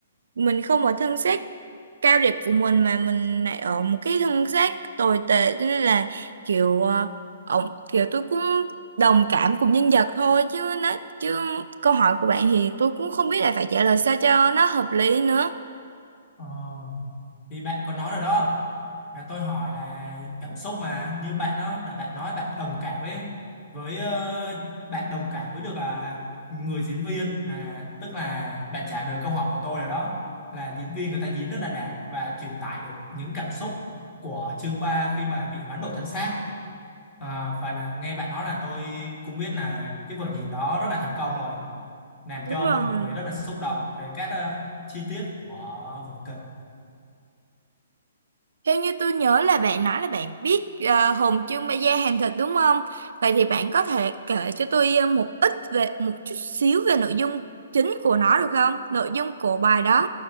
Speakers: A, on the right; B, on the left.
A: mình không ở thân xác cao đẹp của mình mà mình lại ở một cái thân xác tồi tệ cho nên là kiểu ờ, ổng kiểu tôi cũng đồng cảm cùng nhân vật thôi chứ nó chứ câu hỏi của bạn thì tôi cũng không biết là phải trả lời sao cho nó hợp lý nữa
B: Ờ, thì bạn có nói rồi đó là tôi hỏi là cảm xúc mà như bạn đó là bạn nói bạn đồng cảm với với ờ, bạn đồng cảm với được à, người diễn viên là tức là bạn trả lời câu hỏi của tôi là đó là diễn viên người ta diễn rất là đạt và truyền tải được những cảm xúc của chương 3 khi mà bị hoán đổi thân xác à, và là nghe bạn nói là tôi cũng biết là cái vở diễn đó rất là thành công rồi làm
A: đúng
B: cho
A: rồi
B: mọi người rất là xúc động về các ờ, chi tiết của vở kịch
A: Theo như tôi nhớ là bạn nói là bạn biết ờ, hồn trương ma da hàng thịt đúng không? Vậy thì bạn có thể kể cho tôi ờ, một ít về một chút xíu về nội dung chính của nó được không? Nội dung của bài đó